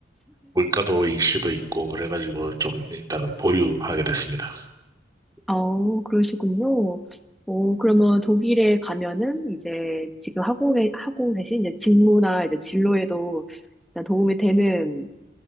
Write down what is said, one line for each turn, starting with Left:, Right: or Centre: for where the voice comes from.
Right: 물가도 이슈도 있고 그래가지고 좀 일단은 보류하게 됐습니다.
Centre: 어, 그러시군요. 오 그러면 독일에 가면은 이제 지금 하고, 계- 하고 계신 이제 직무나 이제 진로에도 일단 도움이 되는,